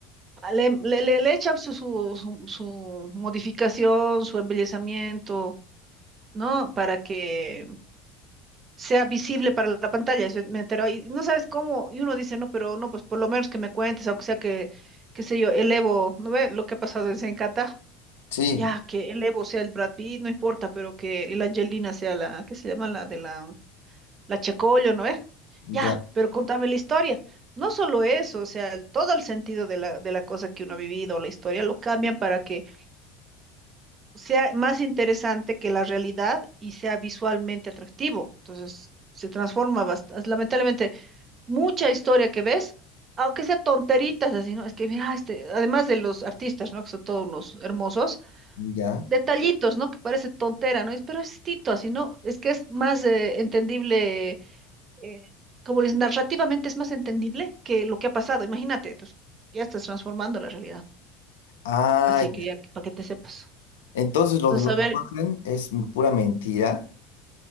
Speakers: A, on the right (about 40°); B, on the left (about 80°).
A: le, le, le- le echa su, su, su su modificación, su embellecimiento. ¿no? Para que sea visible para la pantalla, eso me enteró, y no sabes cómo, y uno dice, no, pero no, pues por lo menos que me cuentes, aunque sea que, qué sé yo, el Evo, ¿no ve lo que ha pasado en Zencata?
B: Sí,
A: Ya, que el Evo sea el Brad Pitt, no importa, pero que el Angelina sea la, ¿qué se llama? La de la, la Checollo, ¿no ve? Ya,
B: ya,
A: pero contame la historia. No solo eso, o sea, el- todo el sentido de la, de la cosa que uno ha vivido, la historia, lo cambian para que sea más interesante que la realidad y sea visualmente atractivo. Entonces, se transforma bastante. Lamentablemente, mucha historia que ves, aunque sea tonteritas así, ¿no? Es que, mira, este, además de los artistas, ¿no? Que son todos unos hermosos,
B: ya.
A: detallitos, ¿no? Que parece tontera, ¿no? Es- Pero es tito, así, ¿no? Es que es más eh, entendible, eh, como les narrativamente es más entendible que lo que ha pasado. Imagínate, entonces, ya estás transformando la realidad.
B: Ah,
A: Así que ya, para que te sepas.
B: Entonces, lo
A: Entonces,
B: de los
A: a ver,
B: Warren es pura mentira